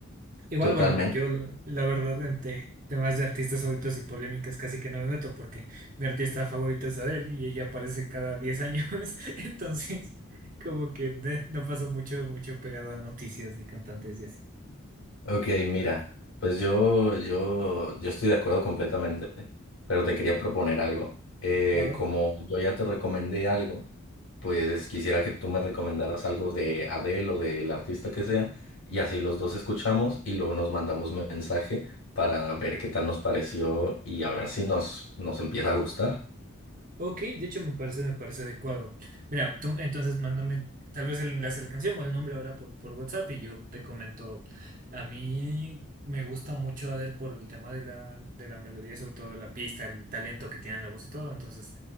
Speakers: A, on the right; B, on the left.
A: Igual,
B: totalmente.
A: bueno, yo la la verdad en te- temas de artistas favoritos y polémicas casi que no me meto porque mi artista favorito es Adele y ella aparece cada 10 años, <laughs> entonces como que ne- no pasó mucho, mucho pegado a noticias de cantantes y así.
B: Ok, mira, pues yo, yo, yo estoy de acuerdo completamente, pero te quería proponer algo. Eh,
A: A ver.
B: como yo ya te recomendé algo, pues quisiera que tú me recomendaras algo de Adele o del artista que sea, y así los dos escuchamos y luego nos mandamos mensaje para ver qué tal nos pareció y a ver si nos, nos empieza a gustar.
A: Ok, de hecho me parece, me parece adecuado. Mira, tú entonces mándame tal vez el enlace de la canción o el nombre ahora por, por WhatsApp y yo te comento. A mí me gusta mucho Adele por el tema de la, de la melodía, sobre todo la pista, el talento que tiene en la voz y todo. Entonces,